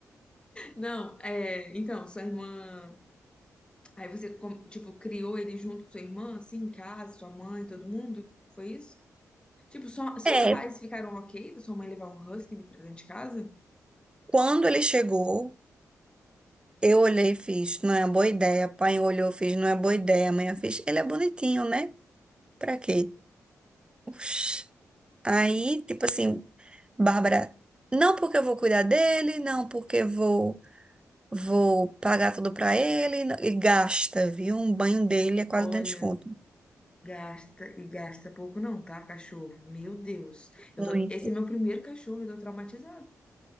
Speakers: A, on the left; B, on the right.
A: Não, é, então, sua irmã. Aí você, com- tipo, criou ele junto com sua irmã, assim, em casa, sua mãe, todo mundo? Foi isso? Tipo, só, seus
B: É,
A: pais ficaram ok da sua mãe levar um husky de dentro de casa?
B: Quando ele chegou, eu olhei e fiz, não é boa ideia. Pai olhou, fiz, não é boa ideia. Mãe eu fiz, ele é bonitinho, né? Pra quê? Oxi. Aí, tipo assim, Bárbara, não porque eu vou cuidar dele, não porque eu vou vou pagar tudo pra ele, não- e gasta, viu? Um banho dele é quase dentro
A: Olha,
B: de desconto.
A: gasta e gasta pouco não, tá, cachorro? Meu Deus. Eu
B: Ruim.
A: tô, esse é meu primeiro cachorro, eu tô traumatizada.